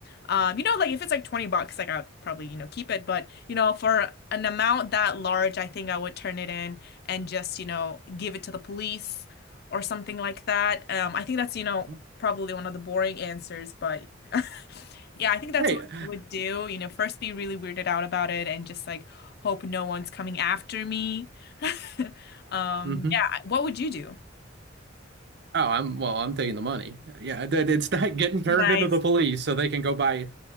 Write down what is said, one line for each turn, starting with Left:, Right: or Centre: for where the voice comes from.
Left: um, you know, like if it's like 20 bucks, like I'll probably, you know, keep it. But, you know, for an amount that large, I think I would turn it in and just, you know, give it to the police or something like that. Um, I think that's, you know,
Right: Mhm.
Left: probably one of the boring answers, but <laughs> yeah, I think that's
Right: Hey.
Left: what I would do. You know, first be really weirded out about it and just like hope no one's coming after me. <laughs> Um,
Right: Mhm.
Left: yeah, what would you do?
Right: Oh, I'm well, I'm taking the money. Yeah, that it's not getting turned
Left: Nice.
Right: into the police so they can go buy,